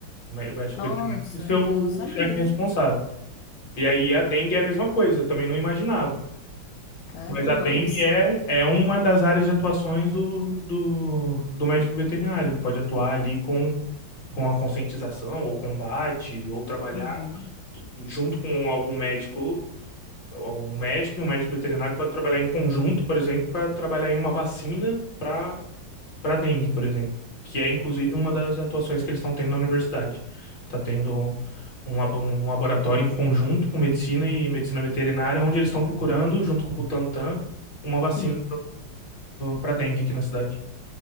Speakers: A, on the left; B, on the left.
A: O mé- o médico
B: Nossa,
A: veterinário é o
B: eu não sabia.
A: chefe responsável. E aí a dengue é a mesma coisa, eu também não imaginava.
B: Caramba,
A: Mas a dengue
B: olha só.
A: é, é uma das áreas de atuações do, do, do médico veterinário. Ele pode atuar ali com, com a conscientização, ou combate, ou trabalhar
B: Uhum.
A: em- junto com algum médico. Um médico e um médico veterinário pode trabalhar em conjunto, por exemplo, para trabalhar em uma vacina para para dengue, por exemplo, que é inclusive uma das atuações que eles estão tendo na universidade. Está tendo um, labo- um laboratório em conjunto com medicina e medicina veterinária, onde eles estão procurando, junto com o Butantan, uma vacina
B: Sim.
A: para dengue aqui na cidade.